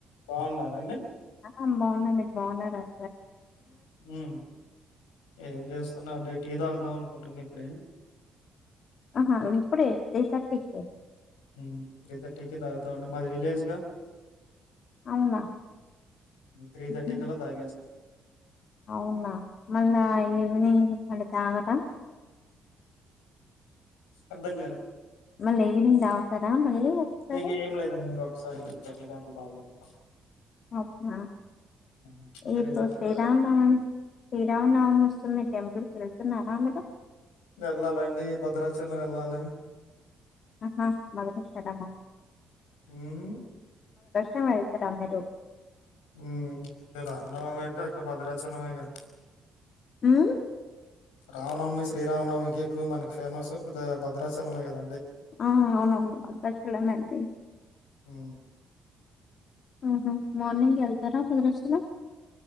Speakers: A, on the left; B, on the left.
A: బావున్నారా అండి
B: అ బావున్నా మీరు బావున్నారా అం
A: మ్ ఏం చే స్తాలేం టీ తాగుదాం అనుకుంటున్న ఇప్పుడే
B: అహా ఇప్పుడే త్రీ థర్టీకే
A: మ్ త్రీ థర్టీకే తాగుతా అంటే మాది విలేజ్గా
B: అవునా
A: త్రీ
B: హుహు.
A: థర్టీ కల్ల తాగేస్త
B: అవునా మళ్ళా ఈవినింగ్ మళ్ళీ తాగరా
A: అర్ధం కాలే
B: మళ్ళీ ఈవినింగ్ తాగుతార మళ్ళీ ఒకసారి
A: ఇగ ఏం లేదు అండి ఇంగా ఒకసారి త్రీ థర్టీ క నిను డైల్ చేస్తా
B: అవునా
A: హ్మ్.
B: ఇప్పుడు శ్రీరామనవమి
A: తాగే
B: శ్రీరామనవమి వస్తుంది టెంపుల్ కి వెళ్తున్నారా మీరు
A: వెళ్ళాలండి. భద్రాచలం వెళ్ళాలి
B: ఆహా మార్గశరామం
A: మ్
B: న వెళ్తారా మీరు
A: ఉ రామనవం ఏంటే అక్కడ భద్రాచలమేగా
B: హు
A: రామనవమి శ్రీరామనవమికి ఎక్కువ మనకి ఫేమస్ భద్రాచలమె కద
B: ఆ అవునవును భద్రాచలమే అండి
A: హు
B: ఆహ మార్నింగ్ వెళ్తారా భద్రాచలం